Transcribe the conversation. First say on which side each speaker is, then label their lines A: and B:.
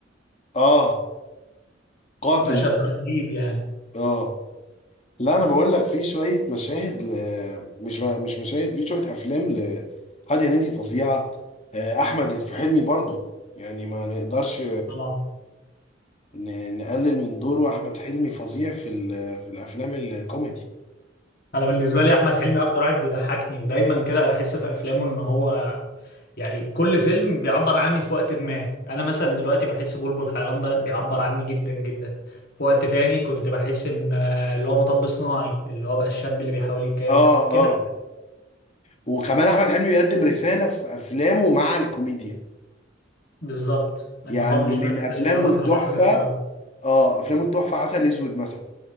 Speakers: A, on the left; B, on the left.
A: اه قاتل
B: المشهد
A: ده
B: ده رهيب يعني
A: اه لا انا بقول لك في شوية مشاهد ل... مش مش مشاهد في شوية افلام لحد هنيدي فظيعة آه، احمد في حلمي برضو يعني ما نقدرش
B: طبعا
A: ن- نقلل من دوره احمد حلمي فظيع في ال- في الافلام الكوميدي
B: انا بالنسبه لي احمد حلمي اكتر واحد بيضحكني ودايما كده بحس في افلامه ان هو يعني كل فيلم بيعبر عني في وقت ما انا مثلا دلوقتي بحس بلبل حيران ده بيعبر عني جدا جدا في وقت تاني كنت بحس ان آه، اللي هو مطب صناعي اللي هو بقى الشاب اللي بيحاول يكافح
A: اه
B: كده
A: اه وكمان احمد حلمي بيقدم رسالة في افلامه مع الكوميديا
B: بالظبط ان
A: يعني
B: هو مش
A: من
B: بس
A: افلامه
B: يلا
A: التحفة
B: انا هحقق ورا
A: اه افلامه التحفة عسل اسود مثلا